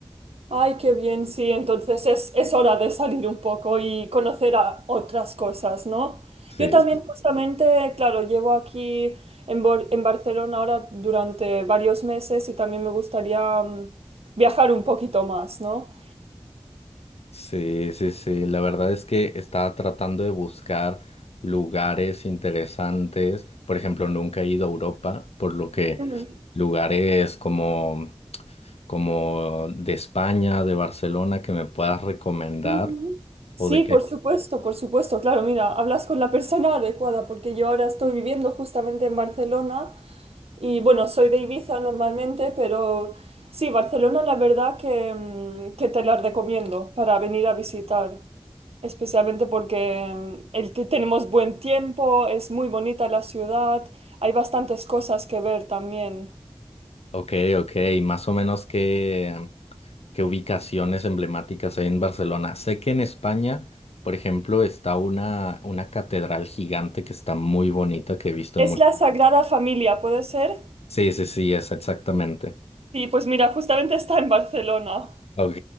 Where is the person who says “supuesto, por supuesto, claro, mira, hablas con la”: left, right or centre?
Right